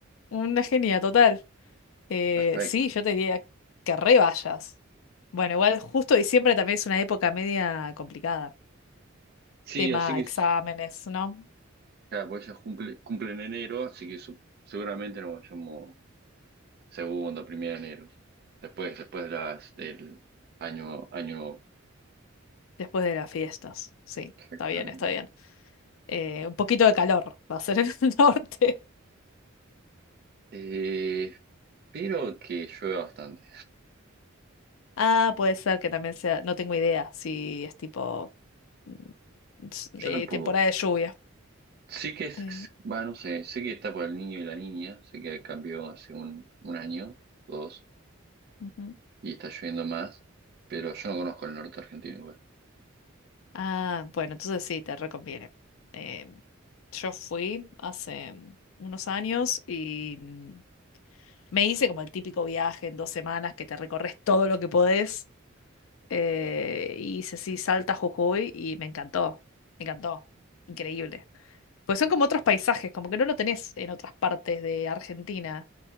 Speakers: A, on the left; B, on the right.
A: Una genia total. Eh,
B: Perfecto.
A: sí, yo te diría que re vayas. Bueno, igual justo diciembre también es una época media complicada.
B: Sí,
A: Tema
B: así que,
A: exámenes, ¿no?
B: claro, porque ella cumple, cumple en enero, así que su- seguramente nos vayamos. segundo, primero de enero. Después, después de las del año, año
A: Después de las fiestas, sí,
B: exactamente.
A: está bien, está bien. Eh, un poquito de calor va a ser en el <laughs> norte.
B: Eh, pero que llueva bastante.
A: Ah, puede ser que también sea, no tengo idea si es tipo mm, s-
B: Yo
A: eh,
B: tampoco.
A: temporada de lluvia.
B: Sí que es,
A: Eh,
B: bueno, no sé, sé que está por el niño y la niña, sé que cambió hace un, un año o dos
A: ujú.
B: y está lloviendo más, pero yo no conozco el norte argentino igual.
A: Ah, bueno, entonces sí, te reconviene. Eh, yo fui hace unos años y mm, me hice como el típico viaje en dos semanas que te recorres todo lo que podés eh, y hice así Salta, Jujuy y me encantó, me encantó, increíble. Pues son como otros paisajes, como que no lo tenés en otras partes de Argentina.